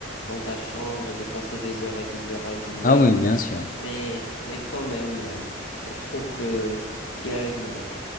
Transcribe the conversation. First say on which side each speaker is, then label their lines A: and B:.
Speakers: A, on the left; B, on the left.
A: dans ta chambre et de passer des heures et des heures à jouer.
B: Ah oui, bien sûr.
A: Mais, mais quand même, euh, je trouve que, qu'il y a une,